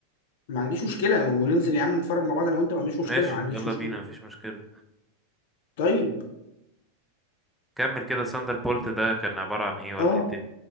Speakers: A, on the left; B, in the centre.
A: ما عنديش مشكله وننزل يا عم نتفرج مع بعض انا وانت ما عنديش مشكله
B: ماشي
A: ما عنديش
B: يلا
A: مشكله
B: بينا مفيش مشكلة
A: طيب
B: كمل كده ساندر بولت ده كان عبارة عن ايه ولا
A: اه
B: ايه الدنيا